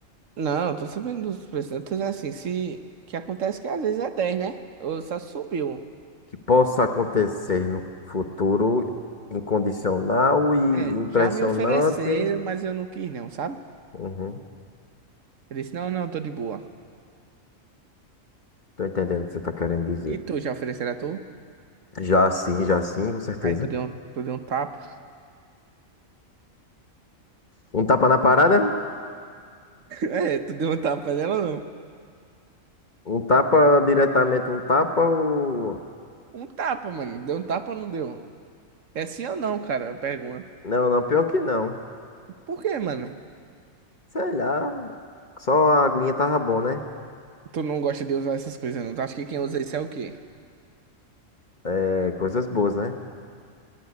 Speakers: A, on the right; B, on the left.
A: não, eu tô sabendo dos preços. Eu tô dizendo assim, se... que acontece que às vezes é dez né? Ou só subiu.
B: que possa acontecer no futuro incondicional e
A: É,
B: impressionante.
A: já me ofereceram, mas eu não quis não, sabe?
B: Uhum.
A: Eu disse, não, não, tô de boa.
B: Tô entendendo o que você tá querendo dizer.
A: E tu, já ofereceram a tu?
B: Já sim, já sim, com certeza.
A: Aí tu deu um, tu deu um tapa. <laughs>
B: Um tapa na parada?
A: É, tu deu um tapa nela ou não?
B: Um tapa diretamente, um tapa ou...
A: Um tapa, mano. Deu um tapa ou não deu? É sim ou não, cara? Pergunta.
B: Não, não, pior que não.
A: Por quê, mano?
B: Sei lá, só a aguinha tava bom, né?
A: Tu não gosta de usar essas coisas, não? Tu acha que quem usa isso é o quê?
B: É, coisas boas, né?